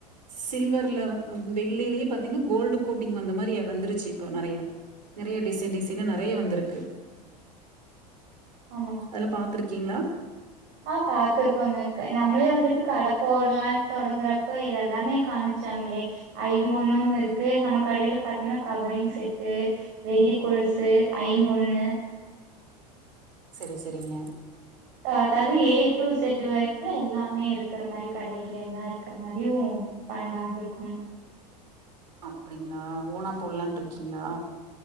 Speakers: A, on the right; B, on the right.
A: சில்வர்ல வந்து ஆ வெள்ளிலேயே பாத்தீங்கன்னா கோல்டு கோட்டிங் வந்த மாதிரிய வந்துருச்சு இப்போ நெறைய நெறைய டிசைன் டிசைனா நெறைய வந்திருக்கு
B: ஆமா
A: அதெல்லா பாத்துருக்கீங்ளா
B: ஆ பாத்திருக்கோங்க நம்மளே வந்துட்டு கடை போடலானு தொடங்குறப்போ இதெல்லாமே காமிச்சாங்களே ஐம்பொண்ணும் இருக்கு நம்ம கடையில பாத்தீங்கன்னா கவரிங் செட்டு வெள்ளிக் கொலுசு ஐம்பொன்னு
A: செரி செரிங்க
B: அதாவது ஏ டு செட் வரைக்கு எல்லாமே இருக்கிற மாரி கடையில எல்லாம் இருக்கிற மாரியு பண்லான் இருக்கோ
A: அப்டிங்களா ஓனா போடுலான்டு இருக்கீங்களா